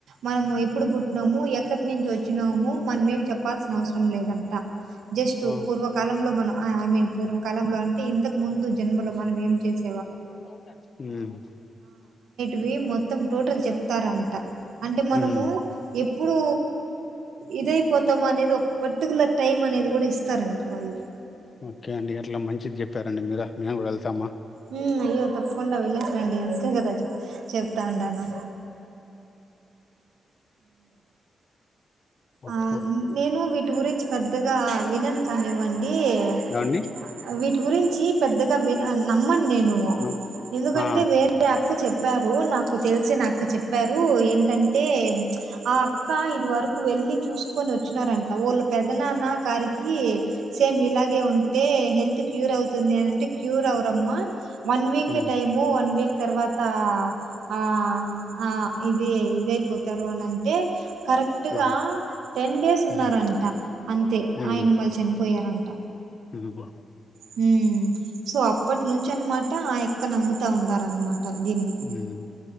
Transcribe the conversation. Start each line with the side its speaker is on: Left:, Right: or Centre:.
Right: మనము ఎప్పుడు పుట్టినాము, ఎక్కడి నుంచి వచ్చినాము, మనం ఏం చెప్పాల్సిన అవసరం లేదంట. జస్ట్
Left: ఆ
Right: పూర్వకాలంలో మనం ఐ మీన్ పూర్వ కాలంలో అంటే ఇంతకు ముందు జన్మలు మనం ఏం చేస్
Left: మ్
Right: వి మొత్తం టోటల్ చెప్తారంట అంటే మనము
Left: ఉమ్
Right: ఇప్పుడు ఇదైపోతాము అనేది ఒక పర్టికులర్ టైమ్ అనేది కూడా ఇస్తారంట వాళ్ళు
Left: ఓకే అండి అట్లా మంచిది చెప్పారండి మీరు మేము కూడా వెళ్తాము
Right: హ అయ్యో తప్పుకుండా వెళస రండి అం అే కదా చెప్తా ఉంటను
Left: ఓక
Right: ఆ నేను వీటి గురించి పెద్దగా వినను కానివ్వండి అడి
Left: ఏమండి
Right: వీటి గురిం చి పెద్దగా వి నమ్మన్ నేను
Left: ఆ
Right: ఎందుకంటే
Left: ఆ
Right: వేరే అక్క చె పరు నాకు తెలిసి నాకు చెప్పారు ఏ ఏంటంటే ఆ అక్క ఇది వరకు వెళ్ళి చూసుకొని వచ్చినారంట, ఒళ్ళు పెద్దనాన్న గారికి సేమ్ ఇలాగే ఉంటే హెల్త్ క్యూర్ అవుతుంది అనింటే క్యూర్ అ అమ్మా వన్ వీక్
Left: ఉమ్
Right: కె టైము వన్ వీక్ తర్వాత ఆ ఆ ఇ ఇది ఇదయిపోతారు అనంటే అటుగా
Left: ఆ
Right: టెన్ డేస్
Left: ఉమ్
Right: ఉన్నారంట అంతే
Left: ఉమ్
Right: ఆయన మళ్ళ చనిపోయారంట
Left: ఉమ్
Right: హుమ్ సో అప్పటి నుంచి అనమాట ఆ ఎక్క నమ్ముతా ఉండారనమాట. దీన్ని.
Left: మ్